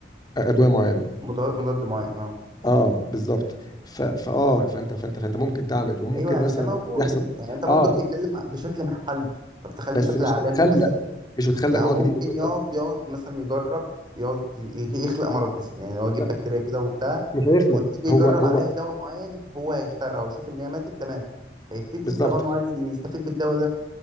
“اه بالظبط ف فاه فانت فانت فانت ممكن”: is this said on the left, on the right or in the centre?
Left